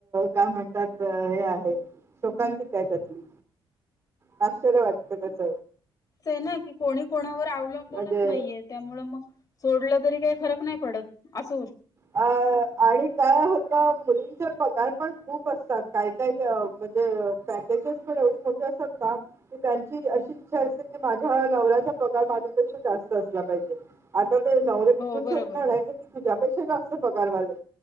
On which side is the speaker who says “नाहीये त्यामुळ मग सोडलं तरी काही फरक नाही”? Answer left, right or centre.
Left